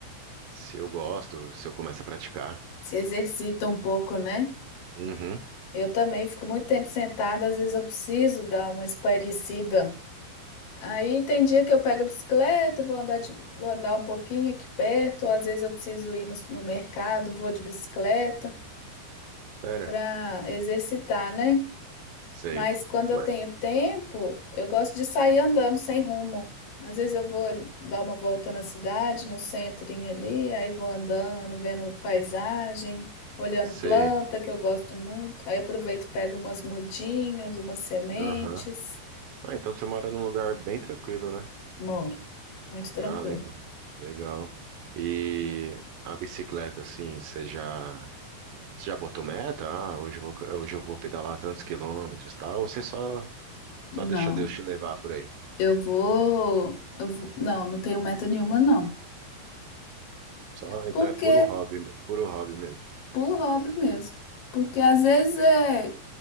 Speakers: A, on the right; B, on the left.
A: se eu gosto, se eu começo a praticar.
B: Se exercita um pouco, né?
A: Uhum,
B: Eu também fico muito tempo sentada, às vezes eu preciso dar uma espairecida. Aí tem dia que eu pego a bicicleta, vou andar, de- vou andar um pouquinho aqui perto, ou às vezes eu preciso ir no, no mercado, vou de bicicleta
A: sério?
B: para exercitar, né?
A: Sei.
B: Mas quando
A: Mas,
B: eu tenho tempo, eu gosto de sair andando sem rumo. Às vezes eu vou dar uma volta na cidade, no centrinho ali, aí vou andando, vendo paisagem, olhando
A: sei.
B: planta, que eu gosto muito. Aí aproveito e pego umas mudinhas, umas sementes.
A: Aham. Ah, então você mora num lugar bem tranquilo, né?
B: Moro, muito tranquilo.
A: Ah, legal. Legal. E a bicicleta, assim, você já, você já botou meta? Ah, hoje eu vou, hoje eu vou pedalar tantos quilômetros, e tal? Ou você só,
B: Não,
A: só deixa Deus te levar por aí?
B: eu vou, eu vou, não, não tenho meta nenhuma, não.
A: Só, então
B: Porque,
A: é puro hobby, me- puro hobby mesmo.
B: por hobby mesmo. Porque às vezes é